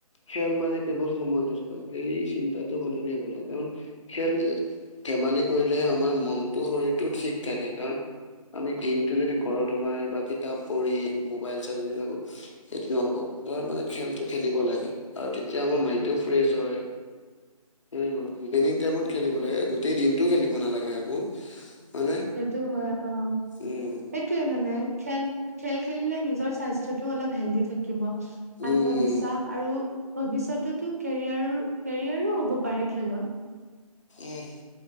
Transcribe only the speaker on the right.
উম
উম
উম
সেইটো হয়, অ'।
সেইটোৱে মানে খেল খেল খেলিলে নিজৰ স্বাস্থ্যটো অলপ হেল্ডি থাকিব। আত্মবিশ্বাস
আৰু ভৱিষ্যতেতো কেৰিয়াৰ- কেৰিয়াৰো হ'ব পাৰে খেলত।